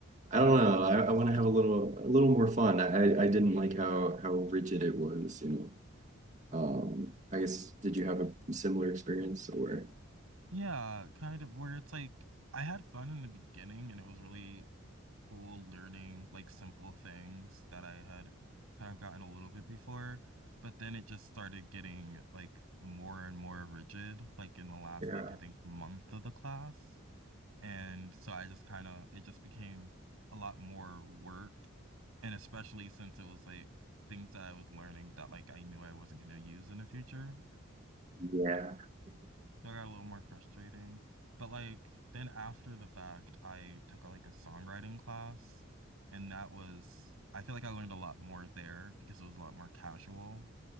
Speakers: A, on the right; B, on the right.
A: I don't know.
B: Yeah.
A: I, I want to have a little a little more fun. I, I didn't like how how rigid it was. You know, um, I guess did you have a similar experience or?
B: Yeah, kind of where it's like I had fun in the beginning and it was really cool learning like simple things that I had kind of gotten a little bit before, but then it just started getting like more and more rigid like in the last
A: Yeah.
B: like I think month of the class. And so I just kind of it just became a lot more work and especially since it was like things that I was learning that like I knew I wasn't going to use in the future.
A: Yeah.
B: So I got a little more frustrating. But like then after the fact, I took like a songwriting class and that was I feel like I learned a lot more there because it was a lot more casual